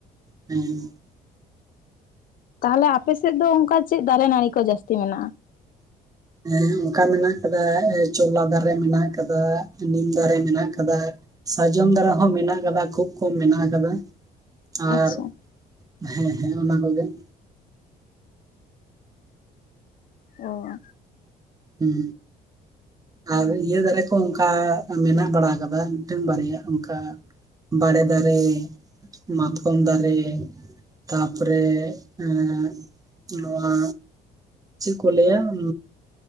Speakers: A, on the right; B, on the left.
A: ᱦᱮᱸ᱾
B: ᱛᱟᱦᱚᱞᱮ ᱟᱯᱮᱥᱮᱫ ᱫᱚ ᱚᱱᱠᱟ ᱪᱮᱫ ᱫᱟᱨᱮ ᱱᱟᱹᱲᱤ ᱠᱚ ᱡᱟᱹᱟᱥᱛᱤ ᱢᱮᱱᱟᱜᱼᱟ?
A: ᱮᱸ ᱚᱱᱠᱟ ᱢᱮᱱᱟᱜ ᱟᱠᱟᱫᱟ ᱪᱚᱞᱞᱟ ᱫᱟᱨᱮ ᱢᱮᱱᱟᱜ ᱟᱠᱟᱫᱟ ᱱᱤᱢ ᱫᱟᱨᱮ ᱢᱮᱱᱟᱜ ᱠᱟᱫᱟ ᱾ ᱥᱟᱨᱡᱚᱢ ᱫᱟᱨᱟ ᱦᱚᱸ ᱢᱮᱱᱟᱜ ᱠᱟᱫᱟ ᱠᱷᱩᱵ ᱠᱚᱢ ᱢᱮᱱᱟᱜ ᱠᱟᱫᱟ ᱾
B: ᱟᱪᱪᱷᱟ
A: ᱟᱨ ᱦᱮᱸ ᱦᱮᱸ ᱚᱱᱟ ᱠᱚᱜᱮ ᱾
B: ᱚ ᱾
A: ᱦᱩᱸ ᱟᱨ ᱤᱭᱟᱹ ᱫᱟᱨᱮ ᱠᱚ ᱚᱱᱠᱟ ᱢᱮᱱᱟᱜ ᱵᱟᱲᱟ ᱟᱠᱟᱫᱟ ᱢᱤᱫᱴᱟᱝ ᱵᱟᱨᱭᱟ ᱚᱱᱠᱟ ᱵᱟᱲᱮ ᱫᱟᱨᱮ ᱢᱟᱛᱠᱚᱢ ᱫᱟᱨᱮ, ᱛᱟᱯᱚᱨᱮ ᱮᱸ ᱱᱚᱣᱟ, ᱪᱮᱫ ᱠᱚ ᱞᱟᱹᱭᱟ ᱩᱸ,